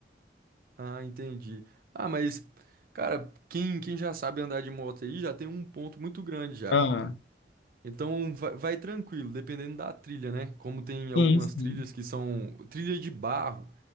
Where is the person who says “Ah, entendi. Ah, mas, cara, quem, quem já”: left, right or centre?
Right